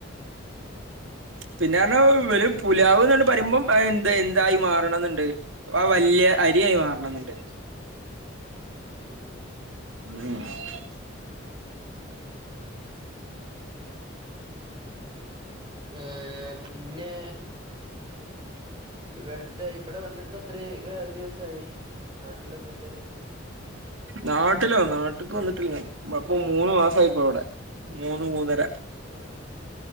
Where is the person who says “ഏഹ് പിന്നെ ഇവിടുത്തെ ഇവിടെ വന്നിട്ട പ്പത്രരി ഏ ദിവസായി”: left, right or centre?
Right